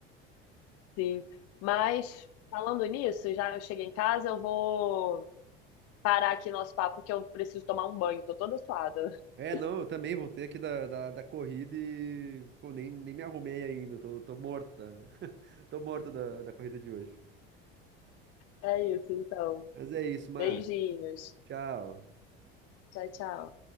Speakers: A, on the left; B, on the right.
A: sim. Mas, falando nisso, já eu cheguei em casa, eu vou parar aqui nosso papo, que eu preciso tomar um banho, tô toda suada. <laughs>
B: É, não, eu também voltei aqui da, da, da corrida e, pô, nem, nem me arrumei ainda, tô, tô morto da, <laughs> tô morto da, da corrida de hoje.
A: É isso, então.
B: Mas é isso, Mar.
A: Beijinhos.
B: Tchau.
A: Tchau, tchau.